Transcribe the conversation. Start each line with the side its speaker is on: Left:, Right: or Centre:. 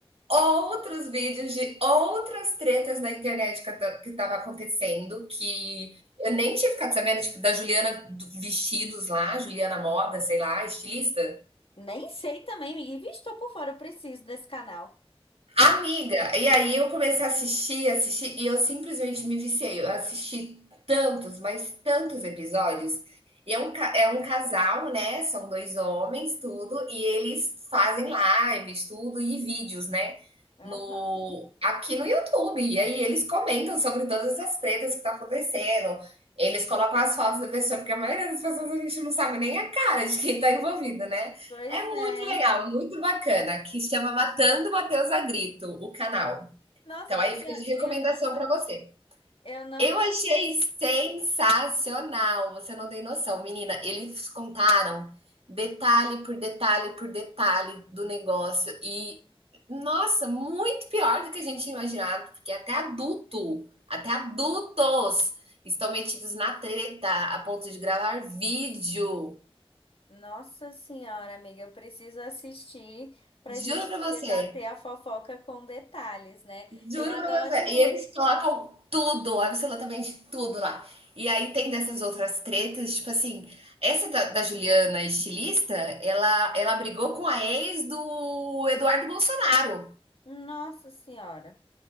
Right: outros vídeos de outras tretas na internet que ta- que tava acontecendo, que eu nem tinha ficado sabendo, tipo, da Juliana do- Vestidos lá, Juliana Moda, sei lá, estilista.
Left: Nem sei também, amiga. Ih, Vixe, tô por fora, eu preciso desse canal.
Right: Amiga, e aí eu comecei a assistir, assistir, e eu simplesmente me viciei. Eu assisti tantos, mas tantos episódios. E é um, ca- é um casal, né? São dois homens, tudo, e eles fazem lives, tudo, e vídeos, né?
Left: Aham.
Right: No, aqui no YouTube. E aí eles comentam sobre todas essas tretas que tá acontecendo. Eles colocam as fotos da pessoa, porque a maioria das pessoas a gente não sabe nem a cara de quem tá envolvido, né?
Left: Pois
Right: É muito
Left: é.
Right: legal, muito bacana, que chama Matando Matheus a Grito, o canal.
Left: Nossa,
Right: Então
Left: amiga,
Right: aí fica de recomendação
Left: eu não,
Right: para você.
Left: eu não
Right: Eu
Left: conheço.
Right: achei sensacional, você não tem noção, menina. Eles contaram detalhe por detalhe por detalhe do negócio e nossa, muito pior do que a gente tinha imaginado, porque até adulto, até adultos estão metidos na treta a ponto de gravar vídeo.
Left: Nossa senhora, amiga, eu preciso assistir pra
Right: Juro
Left: gente
Right: para
Left: debater
Right: você.
Left: a fofoca com detalhes, né?
Right: Juro
Left: Eu adoro.
Right: pra você. E eles colocam tudo, absolutamente tudo lá. E aí tem dessas outras tretas, tipo assim, essa da, da Juliana, estilista, ela, ela brigou com a ex do Eduardo Bolsonaro.
Left: Nossa senhora.